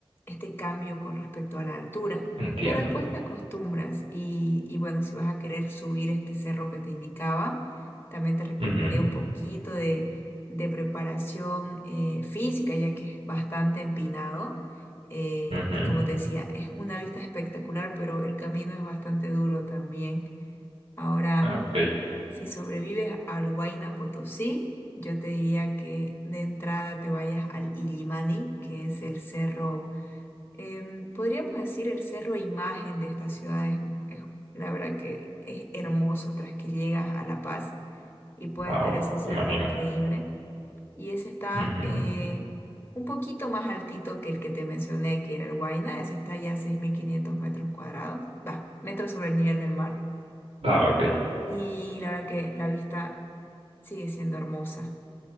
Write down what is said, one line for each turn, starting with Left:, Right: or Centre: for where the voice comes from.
Left: este cambio con respecto a la altura.
Right: entiendo.
Left: Pero después te acostumbras y, y bueno, si vas a querer subir este cerro que te indicaba, también te recomendaría
Right: Ujú,
Left: un poquito de, de preparación eh, física, ya que es bastante empinado. Eh,
Right: ujú.
Left: y como te decía, es una vista espectacular, pero el camino es bastante duro también. Ahora...
Right: Ah, ok.
Left: Si sobrevives al Huayna Potosí, yo te diría que de entrada te vayas al Illimani, que es el cerro, em, podríamos decir el cerro imagen de esta ciudad. Es, es- la verdad que es hermoso tras que llegas a La Paz y puedes
Right: Ah,
Left: ver
Right: wow,
Left: ese cerro,
Right: me imagino.
Left: es increíble. Y ese está
Right: Ujú.
Left: eh, un poquito más altito que el que te mencioné, que era el Huayna. Ese está ya a 6.500 metros cuadrados, va, metros sobre el nivel del mar.
Right: Ah, ok.
Left: Y la verdad que la vista sigue siendo hermosa.